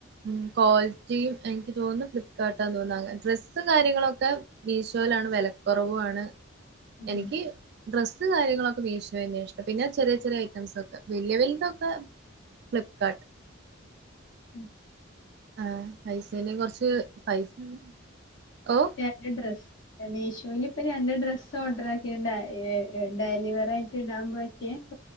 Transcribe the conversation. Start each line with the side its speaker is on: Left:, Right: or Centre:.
Right: ഉം കോളിറ്റിയും എനിക്ക് തോന്നുന്നു ഫ്ലിപ്പ് കാട്ടാന്ന് തോന്നുന്നു അങ്ങനെ ഡ്രസ്സ് കാര്യങ്ങളൊക്കെ മീശോയിലാണ് വെലക്കൊറവുവാണ്
Left: ഉം
Right: എനിക്ക് ഡ്രസ്സ് <unintelligible> കാര്യങ്ങളൊക്കെ മീശോ ന്നെ ഇഷ്ടം പിന്നെ ചെറിയ ചെറിയ ഐറ്റംസ് ഒക്കെ വലിയ വലിയതൊക്കെ ഫ്ലിപ്പ്കാട്ട്
Left: ഉം
Right: ആഹ് പൈസേനെ കൊറച്ച് പൈസ <unintelligible> ഓഹ്
Left: <unintelligible> ഡ്രസ്സ് മീശോയിൽ ഇപ്പൊ രണ്ട് ഡ്രസ്സ് ഓഡറാക്കിണ്ട് ഏഹ് ഡെലിവർ ആയിട്ട് ഇടാൻ പറ്റിയെ